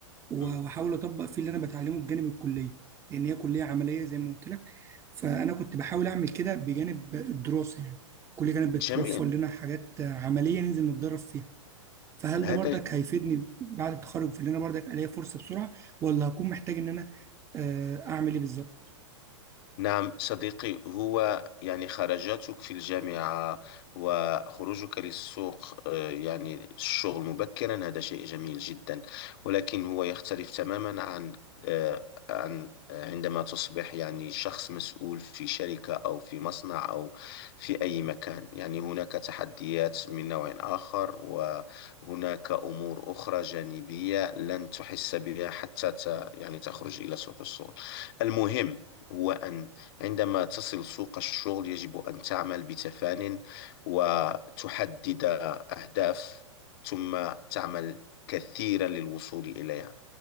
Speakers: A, on the right; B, on the left.
A: و-
B: مهم.
A: واحاول اطبق فيه اللي انا بتعلمه بجانب الكليه لان هي كليه عمليه زي ما قلت لك فانا كنت بحاول اعمل كده بجانب الدراسه يعني الكليه كانت بتوفر
B: جميل
A: لنا حاجات آه، عمليه ننزل نتدرب فيها فهل
B: هذا
A: ده بردك هيفيدني بعد التخرج في ان انا بردك الاقي فرصه بسرعه ولا هكون محتاج ان انا آه، اعمل ايه بالظبط
B: نعم صديقي هو يعني خرجاتك في الجامعة وخروجك للسوق آه، يعني الشغل مبكرا هذا شيء جميل جدا ولكن هو يختلف تماما عن آه، عن آه، عندما تصبح يعني شخص مسؤول في شركة أو في مصنع أو في أي مكان يعني هناك تحديات من نوع آخر وهناك أمور أخرى جانبية لن تحس بها حتى ت- يعني تخرج إلى سوق الشغل المهم هو أن عندما تصل سوق الشغل يجب أن تعمل بتفان وتحدد أهداف ثم تعمل كثيرا للوصول إليها